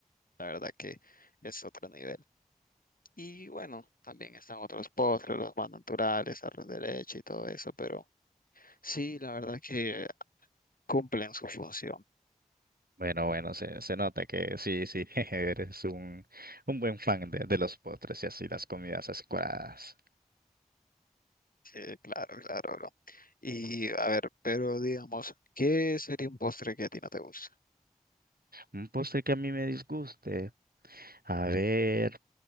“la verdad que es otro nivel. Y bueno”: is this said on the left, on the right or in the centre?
Left